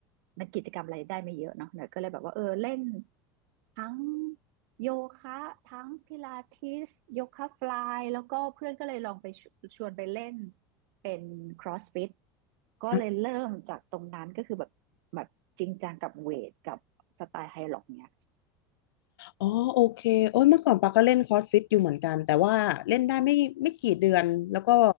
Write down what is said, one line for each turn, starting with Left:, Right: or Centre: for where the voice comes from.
Right: มันกิจกรรมอะไรได้ไม่เยอะเนาะหน่อยก็เลยแบบว่าเออเล่น ทั้งโยคะทั้งพิลาทิสโยคะฟลายแล้วก็เพื่อนก็เลยลองไปชชวนไปเล่นเป็น CrossFit ก็เลยเริ่มจากตรงนั้นก็คือแบบแบบจริงจังกับเวทกับสไตล์ไฮล็อกเนี่ย
Left: อ่ะอ๋อโอเคโอ้ยเมื่อก่อนปาก็เล่นคอร์สฟิตอยู่เหมือนกันแต่ว่าเล่นได้ไม่ไม่กี่เดือนแล้วก็